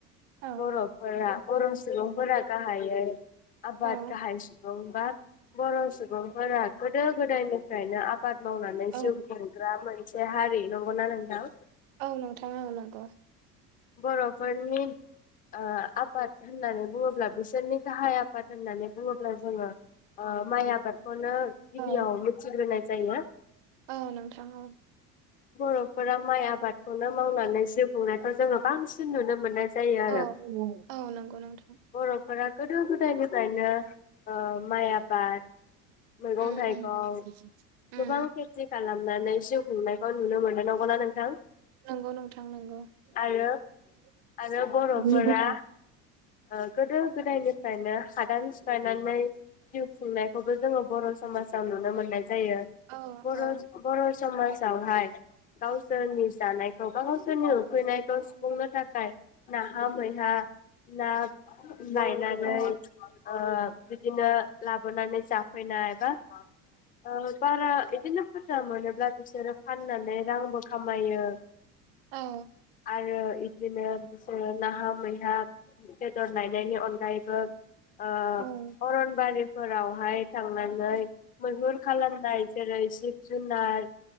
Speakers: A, on the right (about 50°); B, on the left (about 20°).
A: औ
B: बर'फोरा बर' सुबुंफोरा गा हायै आबाद
A: औ
B: गाहाय सुबुं बाद बर' सुबुंफोरा गोदो गोदायनिफ्रायनो आ बाद मावनानै
A: औ
B: जिउ खुंग्रा मोन से हारि नंगौना नोंथां
A: औ नोंथाङा औ नंगौ
B: बर' फोरनि ओ आबाद होननानै बुङोब्ला बिसोरनि गाहाय आबाद होननानै बुङोब्ला जोङो ओ माइ आबाद खौनो गिबियाव
A: औ
B: मिथिग्रोनाय जायोमोन
A: औ नोंथां औ
B: बरफोरा माइ आबादखौनो मावनानै जिउ खुंनायखौ जोङो बांसिन नुनो मोननाय जायो
A: औ औ नंगौ नोंथां
B: बरफोरा गोदो गोदायनिफ्रायनो ओ माइ आब बाद मैगं
A: उम
B: थाइगं
A: उम उम
B: गोबां खेथि खालाम नानै जिउ खुंनायखौ नुनो मोनोना नंगौना नोंथां
A: नंगौ नोंथां नंगौ
B: आरो आरो बर'फोरा
A: बेबोथ
B: ओ गोदो गोदायनिफ्रायनो हादान सिफायनानै जिउ खुंनायखौबो जोङो बर समाजाव नुनो मोननाय जायो
A: औ
B: बर
A: औ
B: बर समाज गावहाय गावसोरनि जानायखौ गावसोरनि उखैनायखौ सुफुंनो थाखाय ना हा मैहा ना लायनानै
A: औ
B: ओ बिदिनो लाबोनानै जाफैनाय एबा ओ बारा बिदिनो बुरजा मोनोब्ला बिसोरो फान फाननानै रांबो खामायो
A: औ
B: आरो इदिनो बिसोरो नाहा मैहा बेदर नायनायनि अनगायैबो ओ
A: औ
B: अरनबारि फोरावहाय थांनानै मैहुर खालामनाय जेरै जिब जुनार